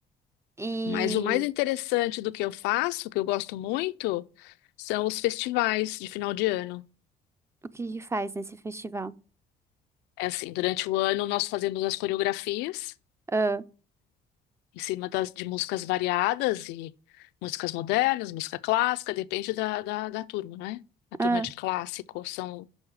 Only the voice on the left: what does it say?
Mas o mais interessante do que eu faço, que eu gosto muito, são os festivais de final de ano.
É assim, durante o ano nós fazemos as coreografias. né?
em cima das, de músicas variadas e músicas modernas, música clássica, depende da, da, da turma, né? A turma
de clássico são,